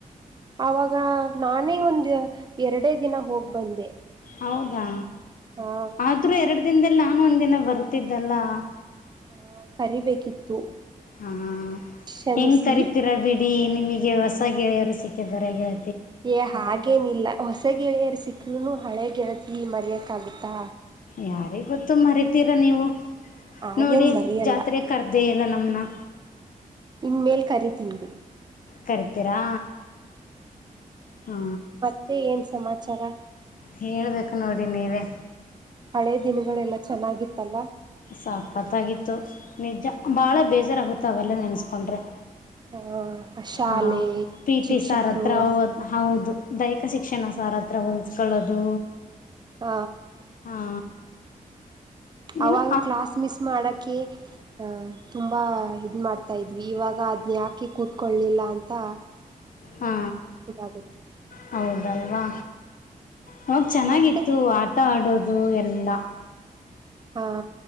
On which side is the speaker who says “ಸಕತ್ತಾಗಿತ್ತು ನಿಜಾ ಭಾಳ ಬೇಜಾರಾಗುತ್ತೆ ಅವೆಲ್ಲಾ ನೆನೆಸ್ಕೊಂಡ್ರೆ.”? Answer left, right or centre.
Left